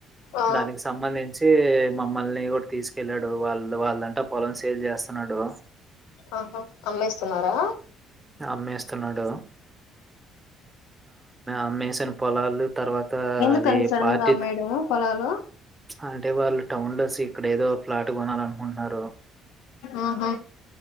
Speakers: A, on the left (about 85°); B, on the right (about 15°).
A: ఆ
B: దానికి సంబంధించి మమ్మల్ని తీసుకెళ్ళాడు వాళ్ళు వాళ్ళంటా పొలం సేల్ చేస్తున్నాడు
A: ఆహా అమ్లేస్తున్నారా
B: అమేస్తున్నాడు అమ్మేసిన పొలాలు తర్వాత
A: ఎందుకంత
B: అది
A: సడన్
B: పార్టీ
A: గా అమ్మేయడం పొలాలు
B: అంటే వాళ్ళు టౌన్ లో ఇక్కడ ఏదో ఫ్లాట్ కొనాల అనుకుంటున్నారు
A: ఆహా